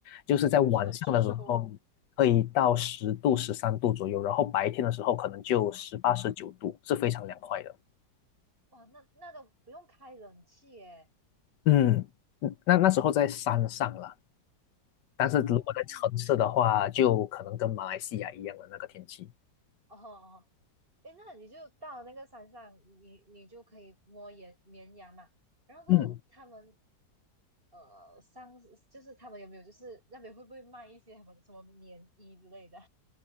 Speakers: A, on the left (about 75°); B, on the right (about 30°).
A: 就是在晚上的时候可以到十度、
B: 就很舒服，
A: 十三度左右，然后白天的时候可能就十八、
B: 哇
A: 十九度，是非常凉快的。
B: 哇，那那都不用开冷气哎，
A: 嗯，嗯那那时候在山上了，但是如果在城市的话，
B: 哦
A: 就可能跟马来西亚一样的那个天气。
B: 哦，哎，那你就到那个山上，你你就可以摸野绵羊嘛，然后他们。
A: 嗯。
B: 呃，上就是他们有没有就是那边会不会卖一些什么什么棉衣之类的？